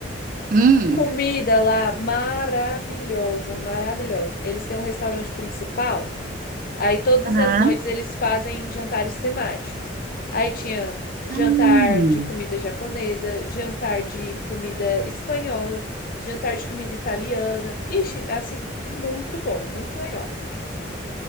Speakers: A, on the right; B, on the left.
A: Hum.
B: comida lá maravilhosa, maravilhosa. Eles têm um restaurante principal, aí todas
A: Aham.
B: as noites eles fazem jantares temáticos. Aí tinha jantar
A: Hum.
B: de comida japonesa, jantar de comida espanhola, jantar de comida italiana. Ixi, assim, muito bom, muito legal.